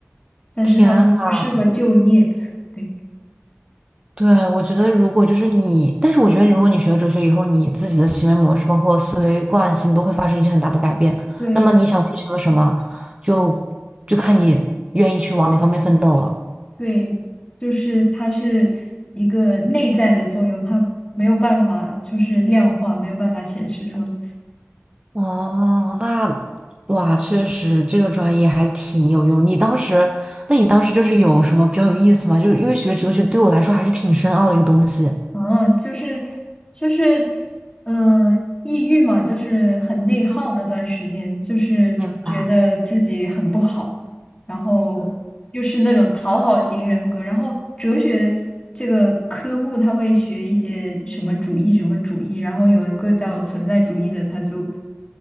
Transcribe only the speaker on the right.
天呐，
对，我觉得如果就是你，但是我觉得如果你学了哲学以后，你自己的行为模式，包括思维惯性，都会发生一些很大的改变。
那么你想追求的什么，就就看你愿意去往哪方面奋斗了。
哦，那哇，确实这个专业还挺有用。你当时，那你当时就是有什么比较有意思吗？就是因为学哲学对我来说还是挺深奥的一个东西。
嗯，
明白。